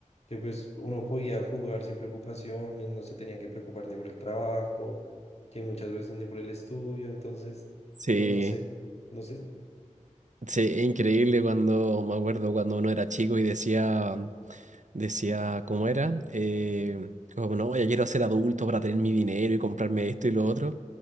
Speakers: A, on the left; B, on the right.
A: que pues uno podía jugar sin preocupaciones, no se tenía que preocupar ni por el trabajo, que muchas veces ni por el estudio, entonces,
B: Sí,
A: no, no sé, no sé,
B: sí, es increíble cuando, me acuerdo cuando uno era chico y decía, decía, ¿cómo era? Eh, como, no, ya quiero ser adulto para tener mi dinero y comprarme esto y lo otro.